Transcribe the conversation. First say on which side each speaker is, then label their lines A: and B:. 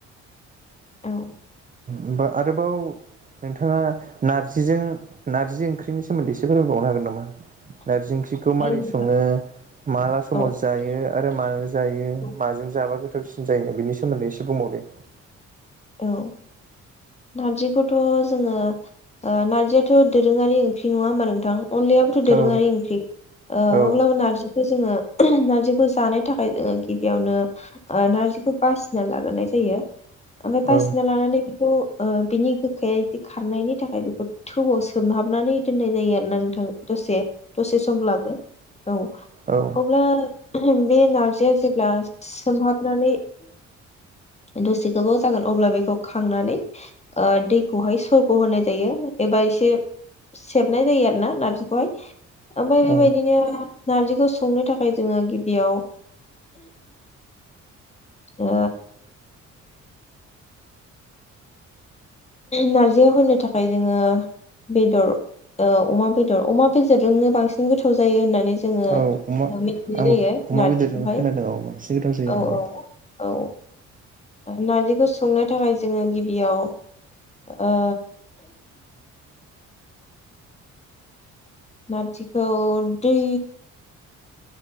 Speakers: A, on the left; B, on the right.
A: औ।
B: ओमबा आरोबाव नोंथाङा नार्जिजों नार्जि ओंख्रिनि सोमोन्दै एसे फोरमायबावनो हागोन नामा? नारजि ओंख्रिखौ
A: हायो
B: माबोरै
A: नोंथां।
B: सङो माला समाव
A: औ
B: जायो आरो मानो जायो
A: औ
B: माजों जाबा गोथाव गोथावसिन जायो बिनि सोमोन्दै एसे बुंबावदे।
A: औ नारजिखौथ' जोङो ओ नारजियाथ' दोरोङारि ओंख्रि नङा होमा नोंथां? अनलायाबोथ' दोरोङारि
B: औ
A: ओंख्रि। ओ
B: औ
A: अब्लाबो नारजिखौ जोङो नारजिखौ जानो थाखाय जोङो गिबियावनो ओ नारजिखौ बासिना लाग्रोनाय जायो। ओमफ्राय
B: औ
A: बासिना लानानै बेखौ ओ बिनि गोखाया एदि खारनायनि थाखाय बेखौ थौआव सोमहाबनानै दोननाय जायो आरोना नोंथां दसे दसे समब्लाबो औ
B: औ
A: अब्ला बे नारजिया जेब्ला सोमहाबनानै दसे गोबाव जागोन अब्ला बेखौ खांनानै ओ दैखौहाय सरख' होनाय जायो एबा एसे सेबनाय जायो आरो ना नार्जिखौहाय ओमफ्राय
B: औ
A: बेबायदिनो नार्जिखौ संनो थाखाय जोङो गिबियाव ओ नारजियाव होनो थाखाय जोङो बेदर ओ अमा बेदर अमा बेदरजोंनो बांसिन गोथाव जायो होननानै जोङो
B: औ अमा
A: मिथिनाय
B: आंबो
A: जायो
B: अमा
A: नारजिखौहाय
B: बेदरजोंनो खोनादों औ बांसिन गोथाव जायो
A: औ
B: होननानै।
A: औ औ नारजिखौ संनो थाखाय जोङो गिबियाव ओ नारजिखौ दै